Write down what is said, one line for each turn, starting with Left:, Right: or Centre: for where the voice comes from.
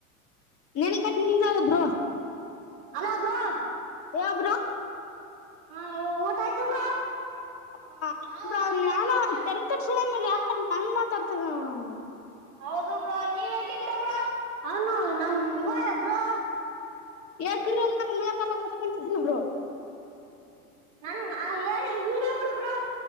Left: ನೆನ್ಗಟ್ಟ ನಿಂಗದ ಬ್ರೋ.
Right: ಹಲೋ ಬ್ರೋ
Left: ಹೇಳ ಬ್ರೋ.
Right: ಹಾ ಹೇಳ ಊಟ ಆಯ್ತು ಬ್ರೋ.
Left: ಆ ಆಯ್ತಾನ
Right: ನಾವ್ಬ್ರೋ ಇಲ್ಲಿ
Left: ತೆನ್ ಕ
Right: ಬಂದಿದೀವ್ರೋ
Left: ಚಿ ಯಾಕ ನಂಗ ಮಾತಾಡ್ತದ <unintelligible> ಹ್ಮ
Right: ಹೌದು ಬ್ರ ನೀವ್ ಎಲ್ಲಿದ್ದೀರಬ್ರಾ ಅವ್ನು ನಮ್ ಇವ. ಬ್ರೋ
Left: ಎಕರು <unintelligible> ರು <unintelligible>
Right: ನನ್ ಹ್ ಹೇಳಿ ವಿಡಿಯೋ ಬಿಡು ಬ್ರೋ